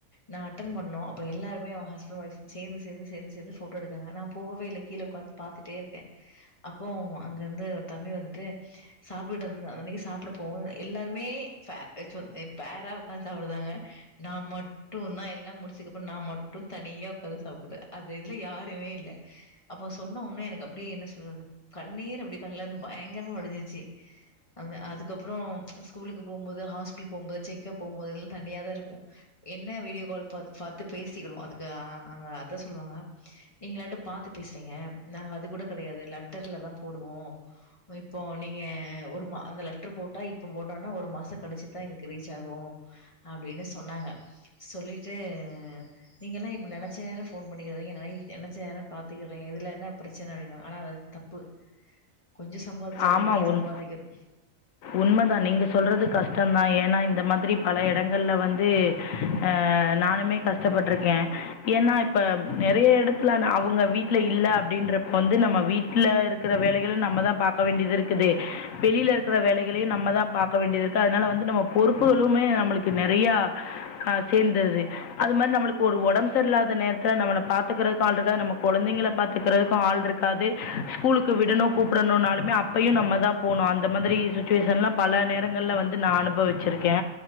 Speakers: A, on the left; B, on the left.
A: நா அட்டண் பெண்ணோ அப்ப எல்லாருமே வ ஹஸ்பண் வைஃப் சேந்து சேந்து சேந்து சேந்து ஃபோட்டோ எடுத்தாங்க நா போகவே இல்ல கீழே உக்காந்து பாத்துட்டே இருக்கே அப்போ அவு அங்க இருந்த ஒரு தம்பி வந்துட்டு சாப்பிட்டு வந்து நீங்க் சாப்பிட போ எல்லாருமே ஃபா அசுன் ஏ பேரா உக்காந்து சாப்புடுதாங்க நா மட்டுதா எல்லா முடிச்சுக்கப்புறோ நா மட்டு தனியா உக்காந்து சாப்புடே அது இதுல யாருமே இல்ல அப்ப சொன்ன உன்ன எனக்கு அப்டியே என்ன சொல்றது கண்ணீர் அப்டி கண்ல இருந்து பயங்கரமா உடஞ்சிருச்சு அங்க அதுக்கப்புறோ ஸ்கூலுக்கு போம்போது ஹாஸ்பிடல் போகம்போது செக்கப் போம்போது இதெல்லா தனியா தா இருக்கு என்ன வீடியோ கால் பாத் பாத்து பேசிடுவோ அதுக்கு அங்க அதத்த சொல்லுவாங்க நீங்கலாட்டு பாத்து பேசுறீங்க நாங்க அது கூட கெடையாது லெட்டர்ல தா போடுவோ இப்போ நீங்க ஒரு மா அந்த லெட்டரு போட்டா இப்போ போட்டோனா ஒரு மாசோ கழிச்சி தா எங்களுக்கு ரீச் ஆகு அப்டின்னு சொன்னாங்க சொல்லிட்டு நீங்கள்ல்லா இப்ப நெனச்ச நேர ஃபோன் பண்ணிக்கிறீங்க நரி நெனச்சேர பாத்துக்கிடுறேங்க இதுல என்ன பிரச்சன ஆயிடு ஆனா வ தப்பு கொஞ்சம் சம்பாதிச்சாலும்
B: ஆமா
A: இங்கேயே
B: உண்
A: சம்பாதிக்கணும்.
B: உண்மதா நீங்க சொல்றது கஷ்டதா ஏன்னா இ ந்த மாதிரி பல இடங்கள்ல வந்து ஆ நானுமே கஷ்டப்பட்ருக்கே ஏன்னா இப்ப நெறைய எடத்துல அன் அவங்க வீட்ல இல்ல அப்டின்றப்ப வந்து நம்ம வீட்ல இருக்கிற வேலைகளு நம்ம தா பாக் வேண்டிய இருக்குது வெளியில இருக்கிற வேலைகளையு நம்ம தா பாக்க வேண்டிய இருக்கு அதனால வந்து நம்ம பொறுப்புகளுமே நம்மளுக்கு நெறைய கா சேர்ந்துறுது அது மாதிரி நமக்கு ஒரு ஒடம்பு சரியல்லாத நேரத்துல நம்மள பாத்துக்கறதுக்கு ஆளில்ல நம்ம கொழந்தைங்கள பாத்துக்கிறதுக்கு ஆள் இருக்காது ஸ்கூலுக்கு விடணு கூப்பிடணு நா ஆள் ம்ம அப்பயு நம்ம தா போணு அந்த மாதிரி சுச்சுவேஷன்லா பல நேரங்கள்ல வந்து நானன அனுபவிச்சிருக்கே